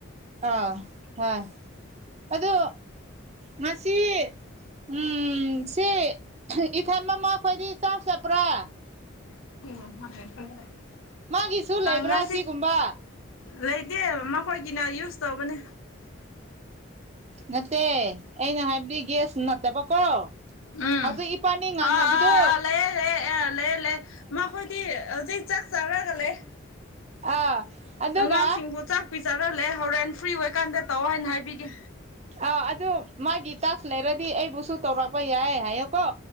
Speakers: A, on the right; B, on the left.
A: ꯑꯣ ꯍꯣꯏ ꯑꯗꯣ ꯉꯁꯤ ꯎꯝ ꯁꯤ ꯏꯊꯝ ꯑꯝꯃ ꯈꯣꯏꯗꯤ ꯆꯥ ꯆꯄ꯭ꯔꯥ
B: <unintelligible>
A: ꯃꯥꯒꯤꯁꯨ ꯂꯩꯕ꯭ꯔꯥ
B: ꯉꯁꯤ
A: ꯁꯤꯒꯨꯝꯕ
B: ꯂꯩꯇꯦ ꯃꯈꯣꯏꯒꯤꯅ ꯌꯨꯁ ꯇꯧꯕꯅꯦ
A: ꯅꯇꯦ ꯑꯩꯅ ꯍꯥꯏꯕꯗꯤ ꯒ꯭ꯌꯥꯁ ꯅꯠꯇꯕꯀꯣ
B: ꯎꯝ
A: ꯍꯧꯖꯤꯛ ꯏꯄꯥꯅꯤ ꯉꯥꯡꯅꯕꯗꯣ
B: ꯑꯥ ꯑꯥꯥ ꯑꯥ ꯂꯩꯌꯦ ꯂꯩꯌꯦ ꯑꯦ ꯂꯩꯌꯦ ꯂꯩꯌꯦ ꯃꯈꯣꯏꯗꯤ ꯍꯧꯖꯤꯛ ꯆꯥꯛ ꯆꯥꯔꯒ ꯂꯩ
A: ꯑꯥ ꯑꯗꯨꯒ
B: ꯑꯉꯥꯡꯁꯤꯡꯕꯨ ꯆꯥꯛ ꯄꯤ ꯆꯥꯔꯂꯦ ꯍꯣꯔꯦꯟ ꯐ꯭ꯔꯤ ꯑꯣꯏꯀꯥꯟꯗ ꯇꯧꯑꯣ ꯍꯥꯏꯅ ꯍꯥꯏꯕꯤꯒꯦ
A: ꯑꯥ ꯑꯗꯨ ꯃꯥꯒꯤ ꯇꯥꯛꯁ ꯂꯩꯔꯗꯤ ꯑꯩꯕꯨꯁꯨ ꯇꯧꯔꯛꯄ ꯌꯥꯏ ꯍꯥꯏꯌꯣꯀꯣ